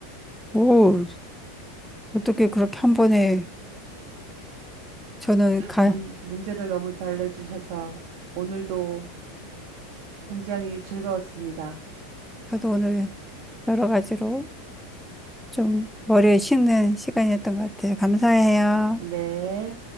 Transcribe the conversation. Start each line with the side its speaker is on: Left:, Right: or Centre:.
Centre: 뭐, 어떻게 그렇게 한 번에 저는 가,
Right: 아, 문, 문제를 너무 잘 내주셔서 오늘도 굉장히 즐거웠습니다.
Centre: 저도 오늘 여러 가지로 좀 머리에 식는 시간이었던 것 같아요. 감사해요.
Right: 네.